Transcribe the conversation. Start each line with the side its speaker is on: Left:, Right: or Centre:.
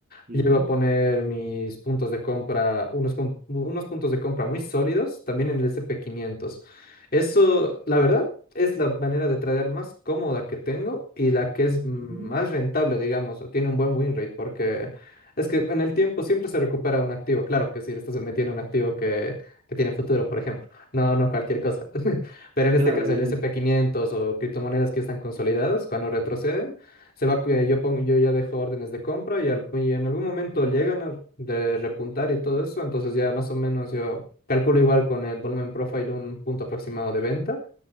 Right: Ujú,
Left: Llego a poner mis puntos de compra, unos, com- unos puntos de compra muy sólidos, también en el SP500. Eso, la verdad, es la manera de tradear más cómoda que tengo y la que es más
Right: ujú.
Left: rentable, digamos, o tiene un buen win rate, porque es que en el tiempo siempre se recupera un activo. Claro que si le estás metiendo un activo que, que tiene futuro, por ejemplo. No, no cualquier cosa. <laughs> Pero en este
Right: Claro,
Left: caso,
Right: obviamente.
Left: el SP500 o criptomonedas que están consolidadas, cuando retroceden, se va, eh, yo pongo, yo ya dejo órdenes de compra y, al- y en algún momento llegan a de repuntar y todo eso, entonces ya más o menos yo calculo igual con el volumen profile un punto aproximado de venta